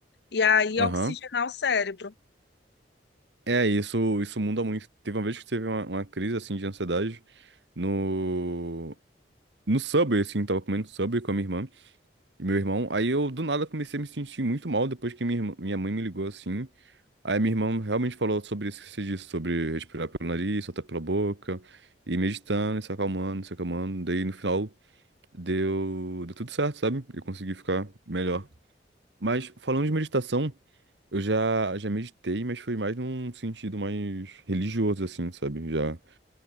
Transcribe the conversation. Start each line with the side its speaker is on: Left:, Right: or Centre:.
Left: e aí
Right: Aham.
Left: oxigenar o cérebro.
Right: É, isso, isso muda muito. Teve uma vez que teve uma, uma crise, assim, de ansiedade no, no Subway, assim, tava comendo Subway com a minha irmã e meu irmão. Aí eu, do nada, comecei a me sentir muito mal depois que minha, irmã- minha mãe me ligou, assim. Aí minha irmã realmente falou sobre isso que você disse, sobre respirar pelo nariz, soltar pela boca, e meditando, e se acalmando, se acalmando. Daí no final deu, deu tudo certo, sabe? Eu consegui ficar melhor. Mas falando de meditação, eu já, já meditei, mas foi mais num sentido mais religioso, assim, sabe? Já,